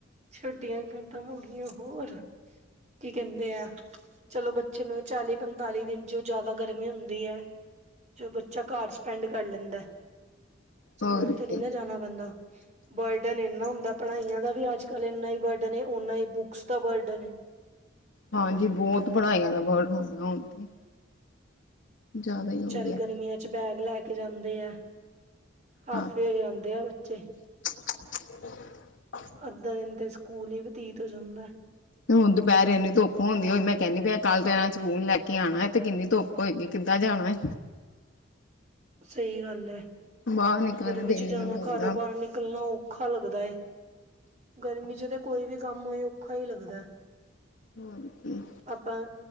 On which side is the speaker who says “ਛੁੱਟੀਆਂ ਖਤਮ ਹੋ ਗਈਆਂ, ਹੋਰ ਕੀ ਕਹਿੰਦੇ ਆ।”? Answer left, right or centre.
Right